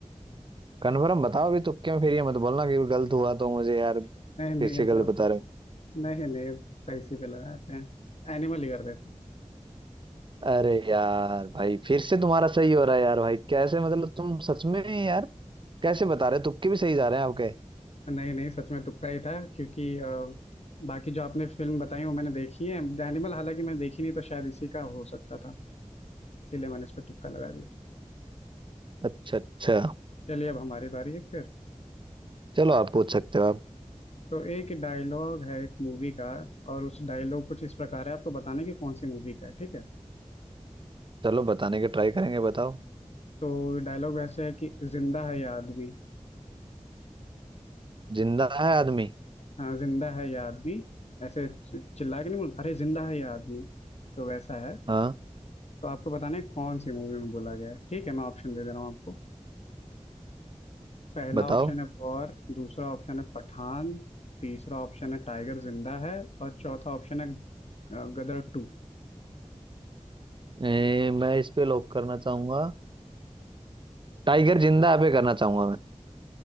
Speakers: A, on the right; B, on the left.
A: कन्फर्म बताओ अभी तुक्के में फिर ये मत बोलना कि गलत हुआ तो मुझे यार
B: नहीं नहीं
A: फिर से
B: ऐसा
A: गलत बता रहे हो
B: नहीं नहीं तुक्का इसी पे लगाते हैं एनिमल ही कर देते हैं
A: अरे यार भाई फिर से तुम्हारा सही हो रहा है यार भाई कैसे मतलब तुम सच में यार कैसे बता रहे हो तुक्के भी सही जा रहे हैं आपके
B: नहीं नहीं सच में तुक्का ही था क्योंकि अ, बाकी जो आपने फिल्म बताई वो मैंने देखी है द एनिमल हालांकि मैंने देखी नहीं तो शायद इसी का हो सकता था इसीलिए मैंने इस पे तुक्का लगा दिया
A: अच्छा अच्छा
B: चलिए अब हमारी बारी है फिर
A: चलो आप पूछ सकते हो आप
B: तो एक डायलॉग है एक मूवी का और उस डायलॉग कुछ इस प्रकार है आपको बताने की कौन सी मूवी का है ठीक है
A: चलो बताने के ट्राई करेंगे बताओ
B: तो डायलॉग वैसे है कि जिंदा है ये आदमी
A: जिंदा है आदमी
B: हाँ जिंदा है ये आदमी ऐसे चि- चिल्ला के नहीं बोलते अरे जिंदा है ये आदमी तो वैसा है
A: हाँ
B: तो आपको बताना है कौन सी मूवी में बोला गया है ठीक है मैं ऑप्शन दे दे रहा हूँ आपको पहला
A: बताओ
B: ऑप्शन है वॉर दूसरा ऑप्शन है पठान तीसरा ऑप्शन है टाइगर जिंदा है और चौथा ऑप्शन है अ, गदर टू
A: ए, मैं इस पे लॉक करना चाहूंगा टाइगर जिंदा है पे करना चाहूंगा मैं